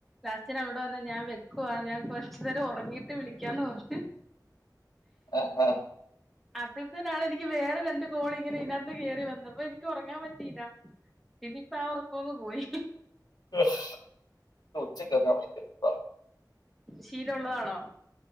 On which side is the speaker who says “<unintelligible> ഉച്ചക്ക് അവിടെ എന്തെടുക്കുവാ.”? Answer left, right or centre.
Left